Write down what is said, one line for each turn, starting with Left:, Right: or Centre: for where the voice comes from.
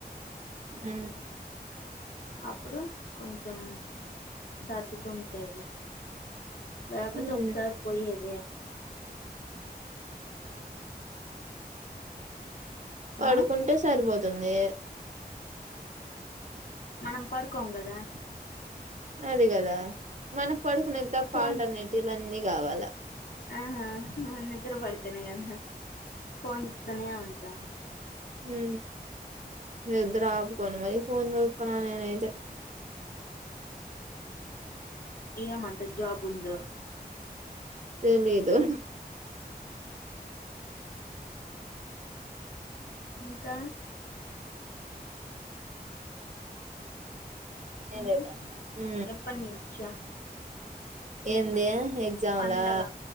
Right: అ
Left: అప్పుడు కొంచెం సర్దుకుంటాయి రాబతో
Right: హ్మ్
Left: ఒప్సారి పోయి ఏద
Right: పడుకుంటే
Left: ఆ
Right: సరిపోతుంది
Left: మనం పడుకొం కదా
Right: అది కదా మనకు పడుకునే తప్ప
Left: ఫోన్
Right: ఆల్టర్నేటివ్లు అన్ని కావాలా
Left: ఆహా నిద్ర పడితేనే కదా ఫోన్ చేస్తూనే ఉంటాము
Right: మీ నిద్ర ఆపుకోని మరి ఫోన్ చూస్తున్న నేనైతే
Left: ఏయా మన తజాబుంద
Right: తెలీదు
Left: ఇంకా
Right: నేను
Left: ఉమ్
Right: చేసేస్తా ఊ
Left: ఎప్పటి నుంచా
Right: ఏందే ఎగ్జాములా
Left: పండగ